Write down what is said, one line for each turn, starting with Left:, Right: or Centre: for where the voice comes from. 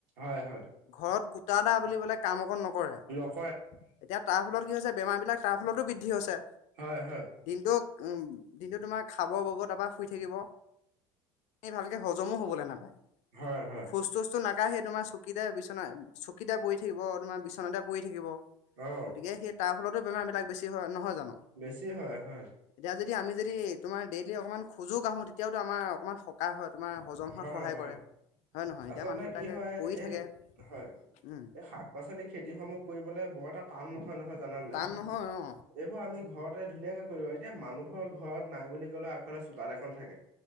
Right: হয় হয়
Left: ঘৰত কুটা এটা বুলিবলে কাম অকণ নকৰে।
Right: ক নক
Left: এতিয়া তাৰ ফলত কি হৈছে বেমাৰ বিলাক তাৰ ফলতো বৃদ্ধি হৈছে
Right: হয় হয়
Left: দিনটো উম দিনটো তোমাৰ খাব বব তাৰপৰা শুই থাকিব ভালকে হজমো হবলৈ নাপায়
Right: হয় হয়
Left: খোজ তোজটোো নাকায় সি তোমাৰ চকীতে বিচনা চকীতে পৰি থাকিব তোমাৰ বিচনাতে পৰি থাকিব গতিকে
Right: অ
Left: সেই তাৰ ফলতো বেমাৰ বিলাক বেছি হয় নহয় জানো
Right: বেছি হয় হয়
Left: এতি যদি আমি যদি তোমাৰ ডেইলি অকণমান খোজো কঢ়ো তেতিয়াওো আমাৰ অকণমান সকাহ হয় তোমাৰ হজম হোৱত
Right: হয়
Left: সহায়
Right: হয়
Left: কৰে হয় নহয় এতিয়া
Right: আচলতে
Left: মানুহ বিলাকে
Right: কি হয়
Left: পৰি
Right: এই
Left: থাকে
Right: হয়
Left: উম
Right: এই শাক পাচলি খেতি সমূহ কৰিবলে বৰ এটা টান নহয় নহয় জান নাই
Left: টান নহয় অ
Right: এইবোৰ আমি ঘৰতে ধুনীয়াকে কৰিব এতিয়া মানুহৰ ঘৰত নাই বুলি কলেও আগফালে চোতাল এখন থাকে হয়